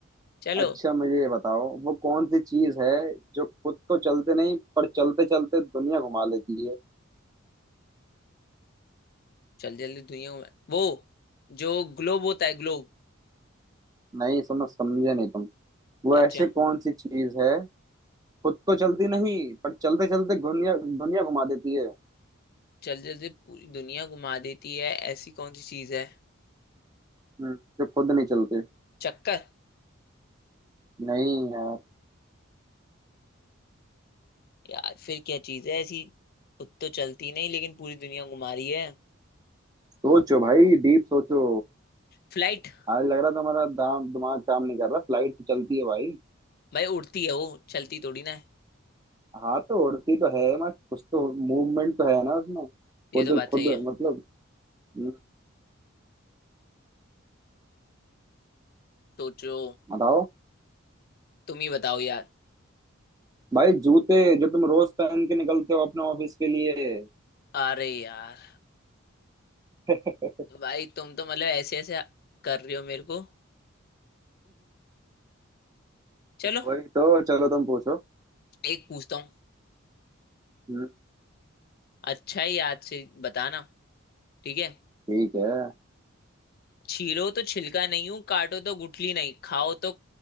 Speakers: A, on the left; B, on the right.
A: चलो
B: अच्छा मुझे ये बताओ वो कौन सी चीज है जो खुद तो चलते नहीं पर चलते चलते दुनिया घुमा लेती है
A: चल जल्दी दुनिया में वो जो ग्लोब होता है ग्लोब
B: नहीं समझ समझे नहीं तुम वो
A: अच्छा
B: ऐसी कौन सी चीज है खुद तो चलती नहीं पर चलते चलते दुनिया दुनिया घुमा देती है
A: चल जल्दी पूरी दुनिया घुमा देती है ऐसी कौन सी चीज है
B: हम्म, जो खुद नहीं चलती
A: चक्कर
B: नहीं यार
A: यार फिर क्या चीज है ऐसी खुद तो चलती नहीं लेकिन पूरी दुनिया घुमा रही है
B: सोचो भाई डीप सोचो
A: फ्लाइट
B: आज लग रहा था हमारा दाम दिमाग काम नहीं कर रहा फ्लाइट तो चलती है भाई
A: भाई उड़ती है वो चलती थोड़ी ना है
B: हाँ तो उड़ती तो है मत कुछ तो मूवमेंट तो है ना उसमें
A: ये
B: खुद
A: तो बात
B: खुद
A: सही है
B: मतलब हम्म,
A: सोचो
B: बताओ
A: तुम ही बताओ यार
B: भाई जूते जो तुम रोज पहन के निकलते हो अपने ऑफिस के लिए
A: अरे यार
B: <laughs>
A: भाई तुम तो मतलब ऐसे ऐसे कर रहे हो मेरे को चलो
B: वही तो चलो तुम पूछो
A: एक पूछता हूँ
B: हम्म,
A: अच्छा ही याद से बताना ठीक है
B: ठीक है
A: छीलो तो छिलका नहीं हूं काटो तो गुठली नहीं खाओ तो